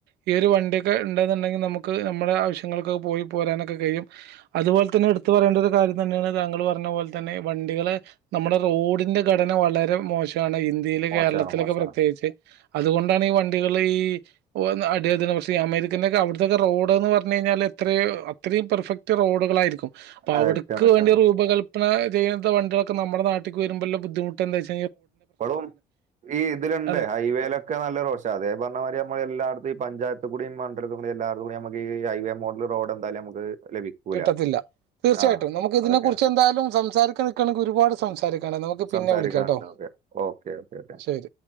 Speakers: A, on the right; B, on the right.
A: ഈ ഒരു വണ്ടിയൊക്കെ ഉണ്ടെന്നുണ്ടെങ്കി നമുക്ക് നമ്മുടെ ആവശ്യങ്ങൾക്കൊക്കെ പോയി പോരാനൊക്കെ കഴിയും അതുപോലെ തന്നെ എടുത്തു പറയേണ്ട ഒരു കാര്യം തന്നെയാണ് താങ്കള് പറഞ്ഞ പോലെ തന്നെ വണ്ടികള് നമ്മുടെ റോഡിൻ്റെ ഘടന വളരെ മോശ മാണ് ഇന്ത്യയില്
B: മോശാണ്
A: കേരളത്തിലൊക്കെ
B: മോശാണ്
A: പ്രത്യേകിച്ച് അതുകൊണ്ടാണ് ഈ വണ്ടികള് ഈ ഈ വന്ന് അടിതട്ടുന്ന പ്രശ്നം ഈ അമേരിക്കൻ്റെ ഒക്കെ അവിടത്തെക്കെ റോഡന്ന് പറഞ്ഞ്കഴിഞ്ഞാല് എത്രയും അത്രയും പെർഫ റ്റ് റോഡുകളായിരിക്കും അപ്പൊ
B: അയക്കാൻ
A: അവിടക്ക്
B: പറ്റാണ്
A: വേണ്ടി രൂപകല്പന ചെയ്ത വണ്ടികളൊക്കെ നമ്മുടെ നാട്ടിക്ക് വരുമ്പോല്ല ബുദ്ധിമുട്ട് എന്താച്ച
B: ഇപ്പളും ഈ ഇതിലുണ്ട്
A: അതെ
B: ഹൈവേലൊക്കെ നല്ല റോഡ്സ് ക്ഷേ അതേ പറഞ്ഞ മാതിരി നമ്മളെല്ലാടത്തും ഈ പഞ്ചായത്തു കൂടി മണ്ഡലത്തികൂടി എല്ലാടത്തും കൂടി നമുക്കി ഹൈവേ മോഡല് റോഡ് എന്തായാലും നമുക്ക് ലഭിക്കൂല
A: കിട്ടത്തില്ല തീർച്ചയായിട്ടും
B: ആ
A: നമുക്കിതിനെ
B: അതൊക്കെയാണ്
A: കുറിച്ച് എന്തായാലും സംസാരിക്ക നിൽക്കണെങ്കിൽ ഒരുപാട് സംസാരിക്കാണ് നമുക്ക്
B: സംസാരിക്കാനുണ്ട്
A: പിന്നെ വിളിക്കാട്ടോ
B: ഓക്കെ ഓക്കെ ഓക്കെ ഓക്കെ
A: ശരി